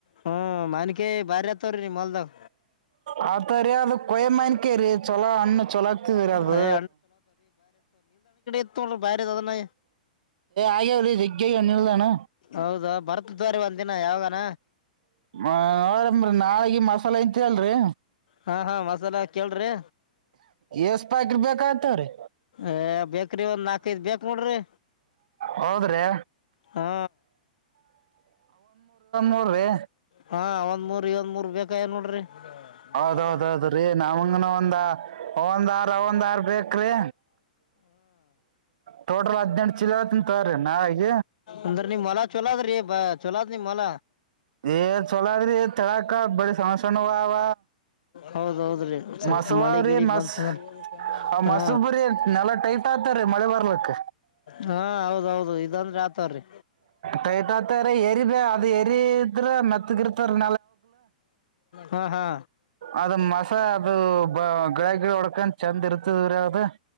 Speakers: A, on the left; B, on the right.
A: ಹ್ಮ ಮನ್ಕ ಬಾರಿ ತರೀ ಮಲ್ದಾಗ
B: ಹದು ರಿ ಅದು ಕೊಯಮ್ಮನ್ಕ ರೀ ಚೊಲೋ ಅಣ್ಣ ಚಲ ಆಗ್ತಿದರಿ ಅದು
A: ಅದೇ ಇತ್ತ ಬರೆದ ನ
B: ಆಗ್ಯಾವ್ರಿ ಸಿಗ್ಗ ನಿಲ್ದಾನ
A: ಹೌದಾ ಬರತ್ ದ್ವಾರಿ ಒಂದ ದಿನ ಯಾವನ
B: ನೋಡ ನಾಳಗ ಮಸಾಲೆ ಇಂತ ಅಲ್ರರಿ
A: ಹಾ ಹಾ ಮಸಾಲ ಕೇಳ್ರಿ
B: ಎಸ್ ಪ್ಯಾಕೆಟ್ ಬೇಕಾಗ್ತಾವ್ರಿ
A: ಏ ಬೇಕ್ರಿ ಒಂದ್ ನಾಲ್ಕದುಬೇಕ ನೋಡ್ರಿ
B: ಹೌದ್ರೆ
A: ಹಾ
B: ಮೂರ್ರಿ
A: ಹಾ ಒಂದ್ ಮೂರ್ ಒಂದ್ ಮೂರ್ ಬೇಕಾಯ ನೋಡ್ರಿ ಅಂತ
B: ಹೌದೌದೌದ್ರಿ
A: ಮಾತ್ರ
B: ನಮಗನ ಒಂದ ಒಂದ್ ಆರ್ ಒಂದ್ ಆರ್ ಬೇಕ್ರಿ ಟೋಟಲ್ ಹದ್ನೆಂಟು ಚಲತ್ತ ತರ ನಾವಗ
A: ಅಂದ್ರ ನೀ ಮಲ ಚೊಲದು ರೀ ಬ ಚೊಲದು ನೀ ಮಲ
B: ಏ ಚಲದ್ರಿ ತಳಾಕ ಬಡ ಸಮಸ್ಯಣ ವ
A: ಹೌದೌದ್ರಿ ಸ್ವಲ್ಪ
B: ಮಾಸುವರಿ
A: ಮಳಿ ಗಿಳಿ
B: ಮಾಸ
A: ಬಂತಂದ್ರ
B: ಆ
A: ಹಾ
B: ಮಸುಬರಿ ನೆಲ್ಲಾ ಟೈಟ್ ಆಗ್ತ ರೀ ಮಳೆ ಬರ್ಲಕ್ಕ
A: ಹಾ ಹೌದೌದು ಇದಂದಿ ಆತವ್ರೀ
B: ಟೈಟ್ ಆತವ್ರಿ ಏರಿ ಬೇ ಅದು ಏರಿ ಇದ್ರ ಮೆತ್ತಗಿರ್ತಾವ್ರಿ
A: ಹ ಹಾ
B: ಅದು ಮಸ ಅದು ಬ ಗಿಡ ಗಿಡ ಹೊಡ್ಕಂಡ್ ಚೆಂದ ಇರ್ತದರಾವ್ದ